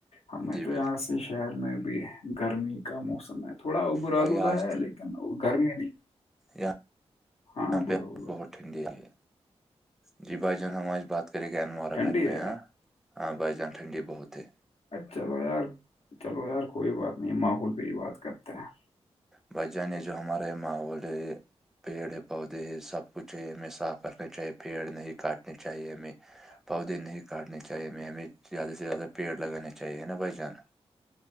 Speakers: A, on the left (about 65°); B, in the centre.
A: ہمیں
B: جی
A: تو
B: بالکل
A: یہاں سے شہر میں ابھی گرمی کا موسم ہے تھوڑا اوبر
B: بھائی
A: الودہ
B: آج
A: ہیں لیکن گرمی نہیں
B: یہاں
A: ہاں بولو
B: پہ
A: بولو
B: بہت ٹھنڈی ہے جی بھائی جان ہم آج بات کریں گے انوائرمنٹ
A: ٹھنڈی
B: پہ
A: ہے
B: ہاں بھائی جان ٹھنڈی بہت ہے
A: چلو یار چلو یار کوئی بات نہیں ماحول پہ ہی بات کرتے ہیں
B: بھائی جانے یہ جو ہمارا یہ ماحول ہے پیڑ ہے پودے ہے سب کچھ ہے ہمیں صاف رکھنا چاہیے پیڑ نہیں کاٹنے چاہیے ہمیں
A: بچ <inaudible>
B: پودے نہیں کاٹنے چاہیے ہمیں ہمیں زیادہ سے زیادہ پیڑ لگانے چاہیے ہے نا بھائی جان